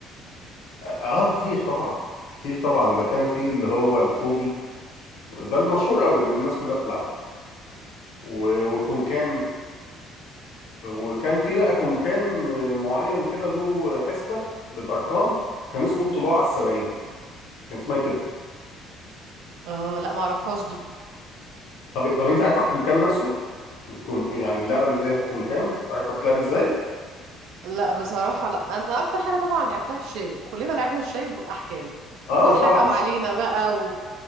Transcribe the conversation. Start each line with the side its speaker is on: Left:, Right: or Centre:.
Left: اه كتير طبعا كتير طبعا ده كان في اللي هو الكوبي وده المشهور قوي اللي الناس كلها بتلعبه و- وكونكان وكان في بقى كونكان معين كده له حسبة بالأرقام كان اسمه الطلوع على السبعين كان اسمها كده
Right: اه لا معرفهاش دي
Left: طب طب أنت عارفة الكونكان نفسه؟ الكون يعني اللعبة اللي هي الكونكان عارفة تلعب إزاي؟
Right: لا بصراحة لا انا اكتر حاجة طبعا لعبتها الشايب كلنا لعبنا الشايب والاحكام
Left: آه
Right: واتحكم
Left: طبعا
Right: علينا بقى و...